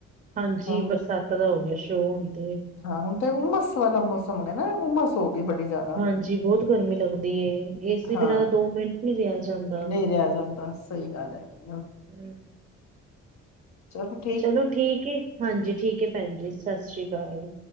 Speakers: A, on the right (about 25°); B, on the left (about 65°).
A: ਹਾਂਜੀ
B: ਹੁਣ
A: ਬਰਸਾਤਾਂ ਦਾ ਹੋ ਗਿਆ ਸ਼ੁਰੂ ਹੋਣ ਤੇ
B: ਹਾਂ ਹੁਣ ਤਾਂ ਉਮਸ ਵਾਲਾ ਮੌਸਮ ਗਿਆ ਨਾ ਉਮਸ ਹੋ ਗਈ ਬੜੀ ਜ਼ਿਆਦਾ
A: ਹਾਂਜੀ ਬੋਹਤ ਗਰਮੀ ਲੱਗਦੀ ਏ ਏਸੀ
B: ਹਾਂ
A: ਬਿਨਾਂ ਤਾਂ ਦੋ ਮਿੰਟ ਨੀ ਰਿਆ ਜਾਂਦਾ।
B: ਨਹੀਂ ਰਿਹਾ ਜਾਂਦਾ ਸਹੀ ਗੱਲ ਹੈਗੀ
A: ਹਮ,
B: ਚਲ
A: ਚਲੋ ਠੀਕ ਏ ਹਾਂਜੀ ਠੀਕ ਏ ਭੈਣ ਜੀ ਸਤਿ ਸ਼੍ਰੀ ਅਕਾਲ।